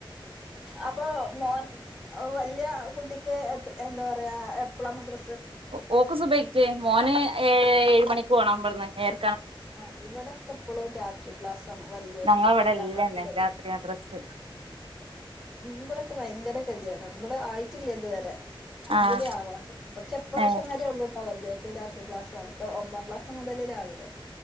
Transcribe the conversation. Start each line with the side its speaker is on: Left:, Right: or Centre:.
Centre: അപ്പൊ മോൻ വലിയ കുട്ടി ക്ക് എന്താ പറയാ എപ്പളാ മദ്ര
Right: ഒ ഓക്ക് സുഭയ്ക്ക് മോന് ഏ ഏഴ് മണിക്കുപോണം ഇവിടുന്ന് ഏർ
Centre: ആഹ് ഇവിടെക്കെപ്പോളും രാത്രി ക്ലാസ് ആണ് വല്യൊക്കെ
Right: ഞങ്ങളവിടെ
Centre: എട്ടാം
Right: ഇല്ലന്നെ
Centre: ക്ലാസ്സിലല്ലേ
Right: രാത്രി മദ്രസ്
Centre: ഇവിടൊക്കെ ഭയങ്കര ഗതിയടാണ് ഇവിടെ ആയി റ്റില്ല ഇത് വരെ അഉം
Right: ആഹ്
Centre: കൂടി ആവാണ്ട് പക്ഷെപ്പാവശ്യം
Right: ഏഹ്
Centre: വരെേ ഉള്ളൂ കേട്ടാ വലിയക്ക രാത്രി ക്ലാസ് അടത്ത ഒമ്പാം ക്ലാസ് മുതൽ <unintelligible>